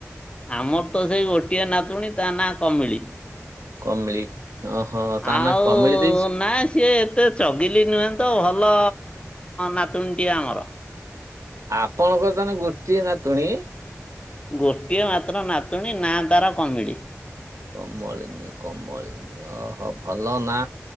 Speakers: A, on the left (about 20°); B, on the right (about 70°).
A: ଆମର ତ ସେଇ ଗୋଟିଏ ନାତୁଣୀ ତା ନାଁ କମଳି।
B: କମିଳି ଓହୋ
A: ଆଉ
B: ତା ନା କମିଳି ଦେଇଛି
A: ନା ସିଏ ଏତେ ଚଗିଲି ନୁହେଁ ତ ଭଲ ନାତୁଣୀଟିଏ ଆମର।
B: ଆପଣଙ୍କ ତାହାଲେ ଗୋଟିଏ ନାତୁଣୀ।
A: ଗୋଟିଏ ମାତ୍ର ନାତୁଣୀ ନାଁ ତାର କମିଳି।
B: କମଳିନୀ କମଳିନୀ ଅହ ଭଲ ନା।